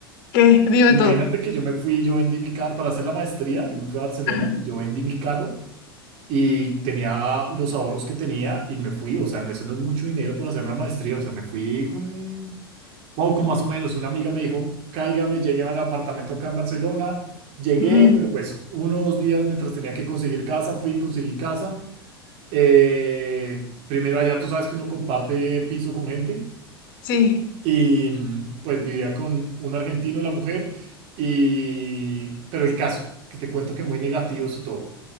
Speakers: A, on the left; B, on the right.
A: ¿Qué? Dime
B: Imagínate
A: todo.
B: que yo me fui, yo vendí mi carro para hacer la maestría, yo me fui a Barcelona,
A: Ajá.
B: yo vendí mi carro Y tenía los ahorros que tenía y me fui. O sea, no, eso no es mucho dinero por hacer una maestría. O sea, me fui con poco más o menos. Una amiga me dijo, cáigame, llegué al apartamento acá en Barcelona. Llegué,
A: Ujú,
B: pero pues unos días mientras tenía que conseguir casa, fui y conseguí casa. Eh, primero allá tú sabes que uno comparte piso con gente.
A: Sí.
B: Y mm, pues vivía con un argentino, la mujer, y... pero el caso, que te cuento que muy negativos y todo